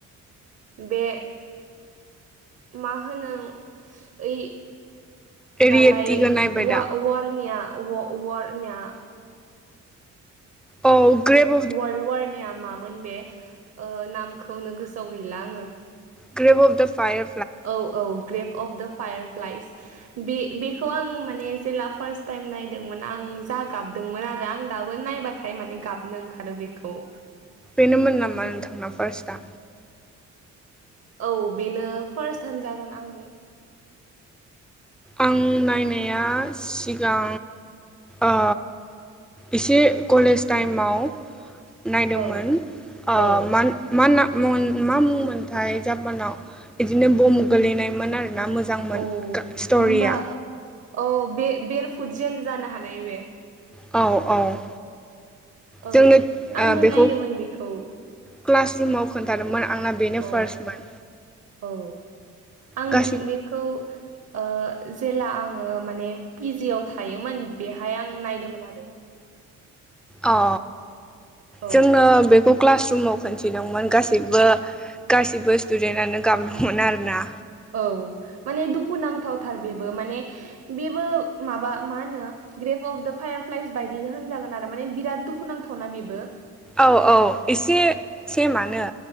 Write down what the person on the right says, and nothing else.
बे मा होनो ओइ दालाय
वा वारनिया वार वारनिया
वर्ल्ड वारनिया मामोन बे ओ नामखौनो गोसोआव गैला आङो
औ औ Grave of the Fireflies बे बेखौ आं माने जेला फार्स्ट टाइम नायदोंमोन आं जा गाबदोंमोन आरो आं दाबो नायबा हाय माने गाबनो ओंखारो बेखौ
औ बेनो फार्स्ट थान जागोन आंनि
औ
औ
औ
होमबा औ बे बेर फुदजेन जानो हानाय बे
औ
आंबो
नायदोंमोन बेखौ
अ
औ आं
बेखौ ओ जेला आङो माने पिजिव थायोमोन बेहाय आं नायदोंमोन आरो।
औ
औ माने दुखुुनांथावथार बेबो माने बेबो माबा मा होनो ग्रेप अफ दा फायारफ्लाइस बायदिनो होनजागोन आरो माने बिराद दुखुुनांथावना बेबो